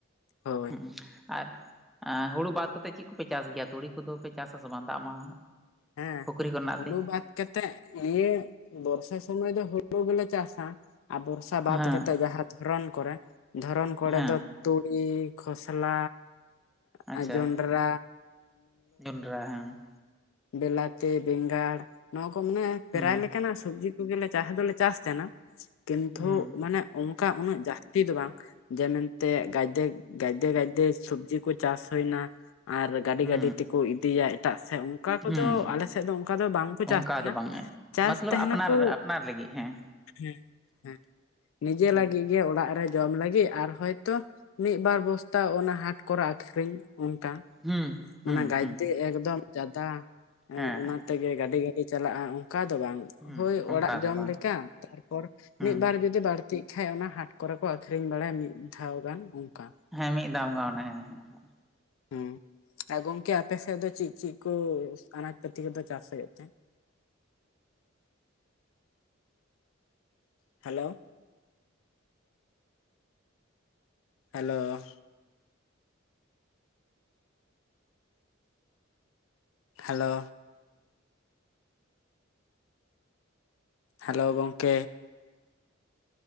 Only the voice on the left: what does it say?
ᱦᱳᱭ
ᱦᱮᱸ,
ᱦᱩᱲᱩ
ᱵᱟᱫᱽ ᱠᱟᱛᱮᱫ ᱤᱭᱟᱹ ᱵᱚᱨᱥᱟ ᱥᱩᱚᱢᱚᱭ ᱫᱚ ᱦᱩᱲᱩ ᱜᱮᱞᱮ ᱪᱟᱥᱟ᱾ <unintelligible> ᱵᱚᱨᱥ ᱟ ᱵᱟᱫ
ᱠᱟᱛᱮᱫ ᱡᱟᱦᱟᱸ ᱫᱷᱚᱨᱚᱱ ᱠᱚᱨᱮ ᱫᱷᱚᱨᱚᱱ ᱠᱚᱨᱮ
ᱫᱚ, ᱛᱩᱲᱤ, ᱠᱷᱚᱥᱞᱟ,
ᱟᱸ ᱡᱚᱱᱰᱨᱟ,
ᱵᱮᱞᱟᱛᱤ, ᱵᱮᱸᱜᱟᱲ, ᱱᱚᱣᱟ ᱠᱚ ᱢᱟᱱᱮ ᱯᱮᱨᱟᱭ
ᱞᱮᱠᱟᱱᱟᱜ ᱥᱚᱵᱽᱡᱤ, ᱠᱚ ᱜᱮᱞᱮ ᱪᱟᱥ ᱫᱚᱞᱮ ᱪᱟᱥ ᱛᱟᱦᱮᱸᱱᱟ, ᱠᱤᱱᱛᱩ
ᱢᱟᱱᱮ ᱚᱱᱠᱟ ᱩᱱᱟᱹᱜ ᱡᱟᱹᱥᱛᱤ ᱫᱚ ᱵᱟᱝ᱾ ᱡᱮ ᱢᱮᱱᱛᱮ ᱜᱟᱡᱫᱮ ᱜᱟᱡᱫᱮ ᱜᱟᱡᱫᱮ ᱥᱚᱵᱽᱡᱤ ᱠᱚ ᱪᱟᱥ ᱦᱩᱭᱱᱟ᱾ᱟᱨ ᱜᱟᱹᱰᱤ
ᱜᱟᱹᱰᱤ ᱛᱮᱠᱚ ᱤᱫᱤᱭᱟ ᱮᱴᱟᱜ ᱥᱮᱜ ᱩᱸ᱾ ᱠᱩᱫᱚ
ᱟᱞᱮ ᱥᱮᱫ ᱫᱚ ᱚᱱᱠᱟ ᱫᱚ ᱵᱟᱝᱠᱚ ᱪᱟᱥ
ᱛᱟᱦᱮᱱᱟ᱾ᱪᱟᱥ
ᱛᱟᱦᱮᱱᱟ
ᱠᱚ
ᱦᱮᱸ ᱦᱮᱸ ᱱᱤᱡᱮ
ᱞᱟᱹᱜᱤᱜ ᱜᱮ ᱚᱲᱟᱜ ᱨᱮ ᱡᱚᱢ ᱞᱟᱹᱜᱤᱜ᱾ ᱟᱨ ᱦᱚᱭᱛᱚ ᱢᱤᱫ ᱵᱟᱨ ᱵᱚᱥᱛᱟ ᱚᱱᱟ ᱦᱟᱴ ᱠᱚᱨᱮ ᱟᱠᱷᱨᱤᱧ ᱚᱱᱠᱟ᱾
ᱢᱟᱱᱮ
ᱜᱟᱡᱫᱮ
ᱮᱠᱫᱚᱢ ᱡᱟᱫᱟ
ᱚᱱᱟ ᱛᱮᱜᱮ ᱜᱟᱹᱰᱤ ᱜᱟᱹᱰᱤ ᱪᱟᱞᱟᱜᱼᱟ ᱚᱱᱠᱟ ᱫᱚ ᱵᱟᱝ᱾
ᱦᱳᱭ
ᱚᱲᱟᱜ ᱡᱚᱢ
ᱞᱮᱠᱟ, ᱛᱟᱨᱯᱚᱨ
ᱢᱤᱫᱵᱟᱨ ᱡᱩᱫᱤ ᱵᱟᱹᱲ ᱛᱤᱜ ᱠᱷᱟᱡ ᱚᱱᱟ ᱦᱟᱴ ᱠᱚᱨᱮ ᱠᱚ ᱟᱹᱷᱨᱤᱧ ᱵᱟᱲᱟᱭᱟ ᱢᱤᱫ ᱫᱷᱟᱣ ᱜᱟᱱ ᱚᱱᱠᱟ᱾
ᱦᱮᱸ, ᱜᱚᱝᱠᱮ ᱟᱯᱮᱥᱮᱫ ᱫᱚ ᱪᱮᱜ ᱪᱮᱜ ᱠᱚ ᱟᱱᱟᱡ ᱯᱟᱹᱛᱤ ᱠᱚᱫᱚ ᱪᱟᱥ ᱦᱩᱭᱩᱜ ᱛᱮ? Hello, hello hello. ᱦᱮᱞᱳ ᱜᱚᱢᱠᱮ।